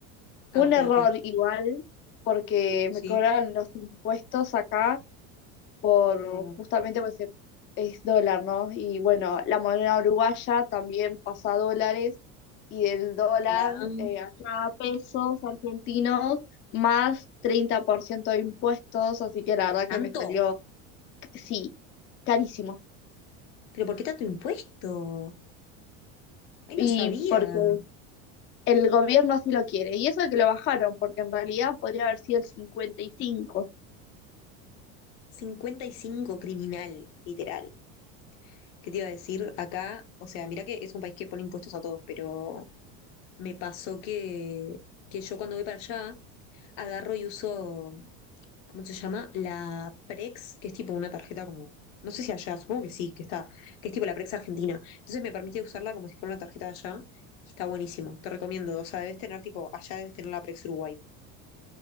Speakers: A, on the left; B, on the left.
A: Ah,
B: Fue un
A: ok,
B: error
A: ok.
B: igual porque
A: Sí.
B: me cobraron los impuestos acá por
A: No,
B: justamente pues e- es dólar, ¿no? Y bueno, la moneda uruguaya también pasa a dólares y del dólar
A: claro.
B: eh, acá a pesos argentinos más 30% de impuestos, así que la verdad
A: ¿Tanto?
B: que me salió, sí, carísimo.
A: ¿Pero por qué tanto impuesto? Ay, no
B: Y
A: sabía.
B: porque el gobierno así lo quiere. Y eso que lo bajaron, porque en realidad podría haber sido el 55.
A: cincuenta y cinco criminal, literal. ¿Qué te iba a decir acá? O sea, mira que es un país que pone impuestos a todos, pero me pasó que, que yo cuando voy para allá. agarro y uso, ¿cómo se llama? La Prex, que es tipo una tarjeta como, no sé si allá, supongo que sí, que está, que es tipo la Prex Argentina. Entonces me permite usarla como si fuera una tarjeta de allá y está buenísimo. Te recomiendo, o sea, debes tener tipo, allá debes tener la Prex Uruguay.